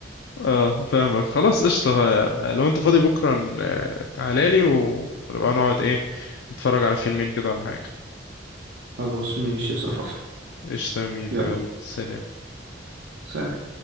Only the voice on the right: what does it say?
خلاص ماشي يا صفافة
يلا
سلام